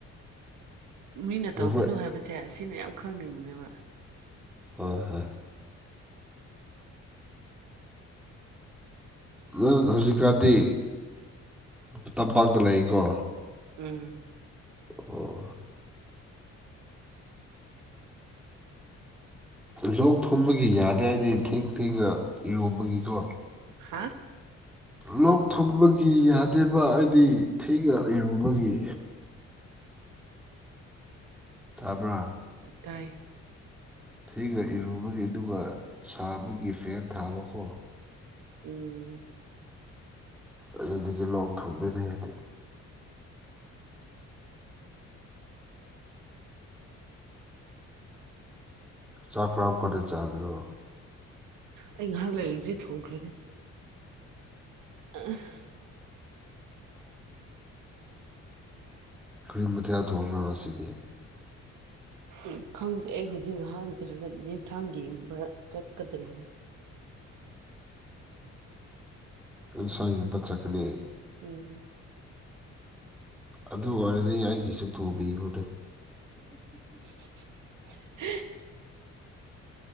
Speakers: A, on the right; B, in the centre.
A: ꯃꯤꯅ
B: ꯅꯈꯣꯏ
A: ꯇꯧꯒꯅꯨ ꯍꯥꯏꯕꯁꯦ ꯁꯤꯅ ꯌꯥꯝ ꯈꯪꯅꯤꯡꯕꯅꯦꯕ
B: ꯍꯣꯏ ꯍꯣꯏ ꯅꯪ ꯍꯧꯖꯤꯛꯀꯥꯟꯗꯤ ꯇꯝꯄꯥꯛꯇ ꯂꯩꯀꯣ
A: ꯎꯝ
B: ꯑꯣ ꯂꯣꯛ ꯊꯨꯝꯕꯒꯤ ꯌꯥꯗꯦ ꯍꯥꯏꯗꯤ ꯊꯦꯡ ꯊꯦꯡꯉ ꯏꯔꯣꯝꯕꯒꯤꯀꯣ
A: ꯍꯥꯥ
B: ꯂꯣꯛ ꯊꯨꯝꯕꯒꯤ ꯌꯥꯗꯦꯕ ꯍꯥꯏꯗꯤ ꯊꯦꯡꯅ ꯏꯔꯨꯕꯒꯤ ꯇꯥꯕ꯭ꯔꯥ?
A: ꯇꯥꯏ
B: ꯊꯤꯒ ꯏꯔꯨꯕꯒꯤ ꯑꯗꯨꯒ ꯁꯥꯕꯒꯤ ꯐꯦꯟ ꯊꯥꯕꯈꯣ
A: ꯎꯝ
B: ꯑꯗꯨꯗꯒꯤ ꯂꯣꯛꯊꯨꯡꯕꯅꯦ ꯑꯩꯗꯤ꯫ ꯆꯥꯛ ꯀꯔꯥꯝ ꯀꯥꯟꯗ ꯆꯥꯒꯦꯔꯣ?
A: ꯑꯩ ꯉꯥꯏꯍꯥꯛ ꯂꯩꯔꯗꯤ ꯊꯣꯡꯈ꯭ꯔꯅꯤ꯫ ꯑ
B: ꯀꯔꯤꯕꯊꯌꯥ ꯊꯣꯡꯉꯅꯣ ꯉꯁꯤꯗꯤ
A: ꯎ ꯈꯪꯗꯦ ꯑꯩ ꯍꯧꯖꯤꯛ ꯉꯍꯥꯟꯩ ꯌꯦꯟꯁꯥꯡ ꯌꯦꯡꯕ ꯆꯠꯀꯗꯔꯤꯕꯅꯦ
B: ꯏꯟꯁꯥꯡꯒꯤ ꯃꯆꯠꯀꯅꯤ
A: ꯎꯝ
B: ꯑꯗꯨ ꯑꯣꯏꯔꯗꯤ ꯑꯩꯒꯤꯁꯨ ꯊꯣꯡꯕꯤꯕꯅꯦ
A: <unintelligible>